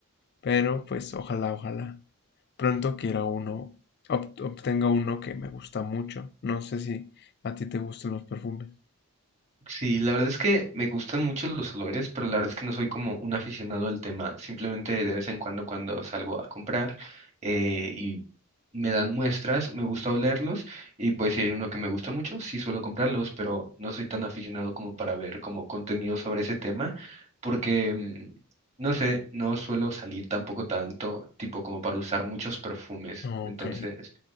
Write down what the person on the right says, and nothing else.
Sí, la verdad es que me gustan mucho los olores, pero la verdad es que no soy como un aficionado al tema. Simplemente de vez en cuando cuando salgo a comprar eh, y me dan muestras, me gusta olerlos y pues si hay uno que me gusta mucho, sí suelo comprarlos, pero no soy tan aficionado como para ver como contenido sobre ese tema porque, mm, no sé, no suelo salir tampoco tanto, tipo como para usar muchos perfumes.
Entonces,